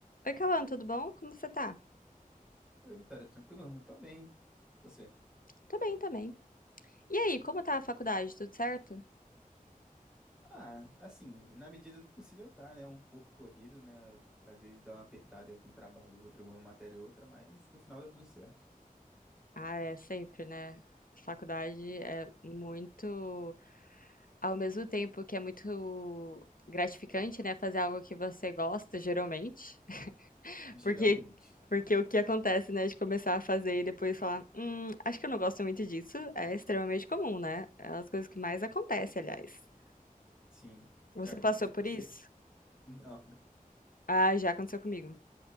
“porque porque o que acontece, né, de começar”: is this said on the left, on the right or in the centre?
Left